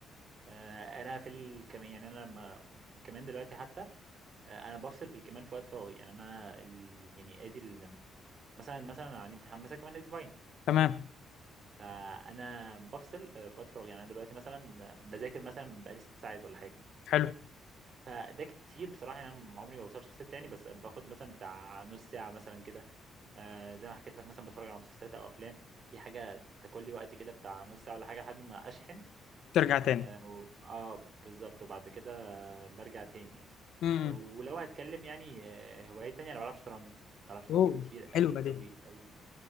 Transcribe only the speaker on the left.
تمام
حلو
ترجع تاني
امم
اوه
حلوه
دي